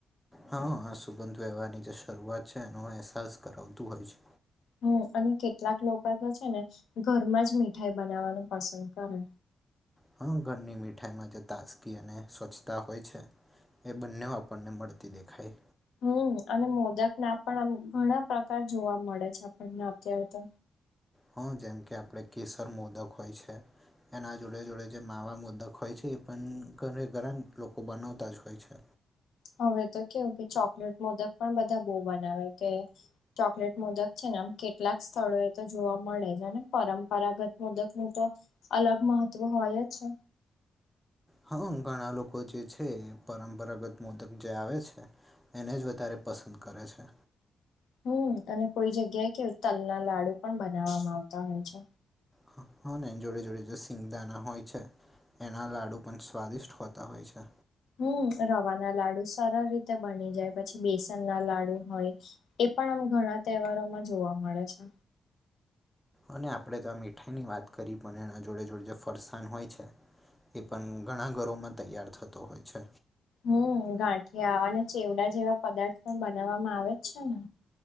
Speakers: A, in the centre; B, on the left (about 80°).
A: હા આ સુગંધ વ્યવહારની જે શરૂઆત છે એનો અહેસાસ કરાવતું હોય છે.
B: હમ અને કેટલાક લોકો તો છે ને ઘરમાં જ મીઠાઈ બનાવવાનું પસંદ કરે.
A: હા ઘરની મીઠાઈમાં જો તાજગી અને સ્વચ્છતા હોય છે. એ બંનેઉ આપણને મળતી દેખાય
B: હમ અને મોદક ના પણ આમ ઘણા પ્રકાર જોવા મળે છે આપણને અત્યારે તો
A: હા જેમ કે આપણે કેસર મોદક હોય છે એના જોડે જોડે જે માવા મોદક હોય છે એ પણ ઘરે ઘરા લોકો બનાવતા જ હોય છે.
B: હવે તો કેવું કે ચોકલેટ મોદક પણ બધા બઉ બનાવે કે ચોકલેટ મુદક છે ને આમ કેટલાક સ્થળો એ તો જોવા મળે છે અને પરંપરાગત મુદક નું તો અલગ મહત્વ હોય છે.
A: હા ઘણા લોકો જે છે પરંપરાગત મોદક જે આવે છે એને જ વધારે પસંદ કરે છે.
B: હું અને કોઈ જગ્યાએ કે તલ ના લાડુ પણ બનાવવામાં આવતા હોય છે.
A: હા હા ને જોડે જોડે જે સિંગદાના હોય છે એના લાડુ પણ સ્વાદિષ્ટ હોતા હોય છે.
B: હું રવાના લાડુ સરળ રીતે બની જાય પછી બેસન ના લાડુ હોય એ પણ આમ ઘણા તહેવારોમાં જોવા મળે છે.
A: અને આપણે તો આ મીઠાઈની વાત કરી પણ એના જોડે જોડે જે ફરસાણ હોય છે એ પણ ઘણા ઘરોમાં તૈયાર થતો હોય છે.
B: હું ગાંઠિયા અને ચેવડા જેવા પદાર્થ પણ બનાવવામાં આવે જ છે ને.